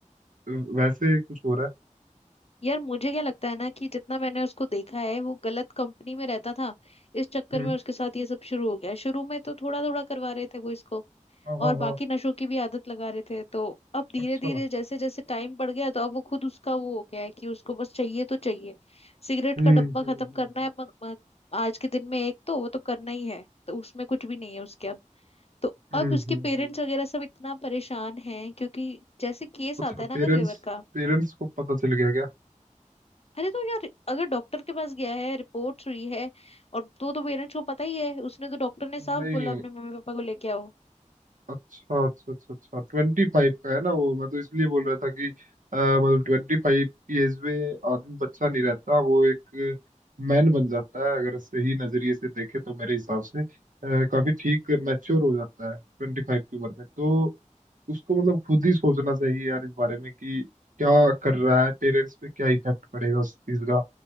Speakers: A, on the right; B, on the left.
A: अ, वैसे कुछ हो रहा है
B: यार मुझे क्या लगता है ना कि जितना मैंने उसको देखा है वो गलत कंपनी में रहता था इस चक्कर
A: हम्म
B: में उसके साथ ये सब शुरू हो गया शुरू में तो थोड़ा थोड़ा करवा रहे थे वो इसको
A: हाँ हाँ
B: और बाकी
A: हाँ
B: नशों की भी आदत लगा रहे थे तो अब धीरे
A: अच्छा
B: धीरे जैसे जैसे टाइम बढ़ गया तो अब वो खुद उसका वो हो गया है कि उसको बस चाहिए तो चाहिए सिगरेट
A: हम्म
B: का डब्बा
A: हम्म
B: खत्म
A: हम्म
B: करना है म, म, आज के दिन में एक तो वो तो करना ही है तो उसमें कुछ भी नहीं है उसके अब तो
A: हम्म
B: अब उसके
A: हम्म,
B: पेरेंट्स
A: हम्म, हम्म।
B: वगैरह सब इतना परेशान हैं क्योंकि जैसे केस
A: अच्छा
B: आता है ना
A: पेरेंट्स
B: अगर लिवर का
A: पेरेंट्स को पता चल गया क्या
B: अरे तो यार अगर डॉक्टर के पास गया है रिपोर्ट्स हुई है और तो तो पेरेंट्स को पता ही है उसने तो डॉक्टर ने साफ
A: नहीं
B: बोला अपने मम्मी पापा को लेके आओ
A: अच्छा अच्छा अच्छा अच्छा ट्वेंटी फाइव का है ना वो मैं तो इसलिए बोल रहा था कि अ, मतलब ट्वेंटी फाइव की एज में आदमी बच्चा नहीं रहता वो एक मैन बन जाता है अगर सही नजरिए से देखे तो मेरे हिसाब से अ, काफी ठीक मैच्योर हो जाता है ट्वेंटी फाइव की उम्र में तो उसको मतलब खुद ही सोचना चाहिए यार इस बारे में कि क्या कर रहा है पेरेंट्स पे क्या इफेक्ट पड़ेगा उस चीज का